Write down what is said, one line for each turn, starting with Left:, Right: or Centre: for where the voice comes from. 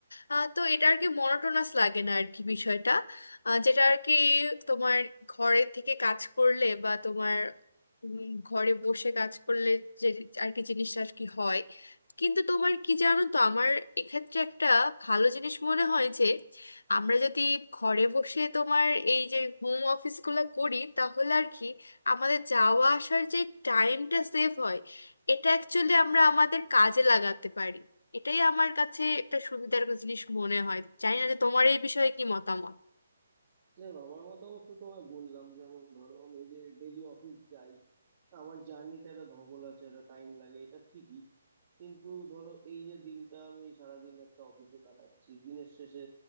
Left: আহ, তো এটা আর কি মনোটোনাস লাগে না আর কি বিষয়টা আহ, যেটা আর কি তোমার ঘরে থেকে কাজ করলে বা তোমার উম, ঘরে বসে কাজ করলে যে আর কি জিনিসটা আর কি হয় কিন্তু তোমার কি জানো তো আমার এক্ষেত্রে একটা ভালো জিনিস মনে হয় আমরা যদি ঘরে বসে তোমার এই যে হোম অফিসগুলো করি তাহলে আর কি আমাদের যাওয়া আসার যে টাইমটা সেভ হয় এটা অ্যাকচুয়ালি আমরা আমাদের কাজে লাগাতে পারি এটাই আমার কাছে একটা সুবিধার জিনিস মনে হয় জানি না যে তোমার এই বিষয়ে কি মতামত
Right: দেখো আমার মতামত তো তোমায় বললাম যেমন ধরো আমি যে ডেলি অফিস যাই আমার জার্নিতে একটা ধকল আছে একটা টাইম লাগে এটা ঠিকই কিন্তু ধরো এই যে দিনটা আমি সারাদিন একটা অফিসে কাটাচ্ছি দিনের শেষে